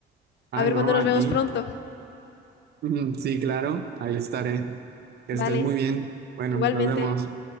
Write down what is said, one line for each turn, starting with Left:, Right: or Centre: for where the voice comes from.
Right: Ah,
Left: A ver
Right: no,
Left: cuándo nos
Right: a
Left: vemos
Right: ti.
Left: pronto.
Right: <laughs> Sí, claro, ahí estaré. Que
Left: Vale,
Right: estés muy bien. Bueno,
Left: igualmente.
Right: nos vemos.